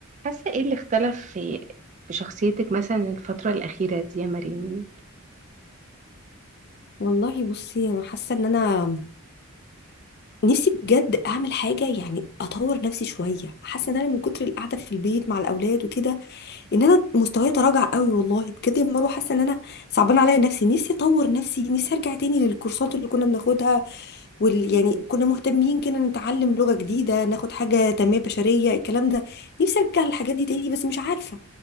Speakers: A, on the right; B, on the left.
A: حاسة ايه اللي اختلف في في شخصيتك مثلا الفترة الأخيرة دي يا مريم
B: والله بصي انا حاسه ان انا نفسي بجد اعمل حاجه يعني اطور نفسي شويه حاسه ان انا من كتر القعده في البيت مع الاولاد وكده ان انا مستواي تراجع قوي والله بجد يا مروه حاسه ان انا صعبان عليا نفسي نفسي اطور نفسي نفسي ارجع تاني للكورسات اللي كنا بناخدها وال يعني
A: مم.
B: كنا مهتمين كده نتعلم لغة جديدة ناخد حاجة تنمية بشرية الكلام ده نفسي ارجع للحاجات دي تاني بس مش عارفة